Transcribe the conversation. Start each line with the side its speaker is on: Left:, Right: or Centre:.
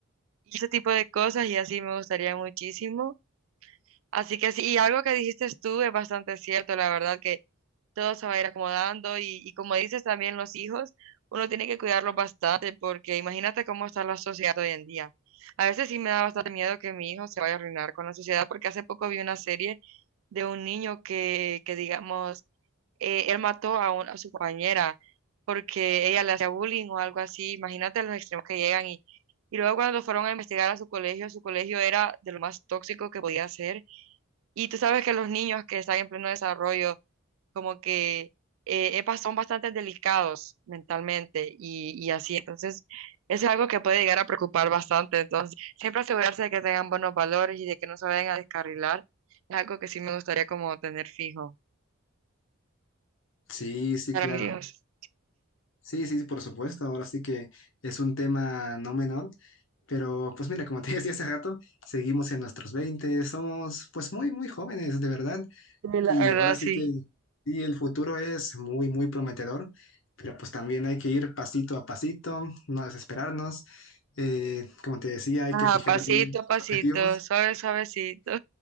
Right: Y ese tipo de cosas y así me gustaría muchísimo. Así que sí, y algo que dijiste tú es bastante cierto, la verdad que todo se va a ir acomodando y, y como dices también los hijos, uno tiene que cuidarlos bastante porque imagínate cómo está la sociedad hoy en día. A veces sí me da bastante miedo que mi hijo se vaya a arruinar con la sociedad porque hace poco vi una serie de un niño que, que digamos, eh, él mató a, un- a su compañera porque ella le hacía bullying o algo así. Imagínate los extremos que llegan y, y luego cuando fueron a investigar a su colegio, su colegio era de lo más tóxico que podía ser. Y tú sabes que los niños que están en pleno desarrollo, como que eh, eh, bas- son bastante delicados mentalmente y, y así. Entonces, eso es algo que puede llegar a preocupar bastante. Entonces, siempre asegurarse de que tengan buenos valores y de que no se vayan a descarrilar es algo que sí me gustaría como tener fijo
Left: Sí, sí,
Right: para
Left: claro.
Right: mis hijos.
Left: Sí, sí, sí, por supuesto. Ahora sí que es un tema no menor. Pero pues mira, como te <laughs> decía hace rato, seguimos en nuestros veinte somos pues muy, muy jóvenes, de verdad.
Right: Sí, la
Left: Y
Right: verdad,
Left: ahora sí
Right: sí.
Left: que sí, el futuro es muy, muy prometedor, pero pues también hay que ir pasito a pasito, no desesperarnos. Eh, como te decía, hay
Right: Ajá,
Left: que fijar
Right: pasito
Left: bien nuestros
Right: a pasito,
Left: objetivos
Right: suave, suavecito.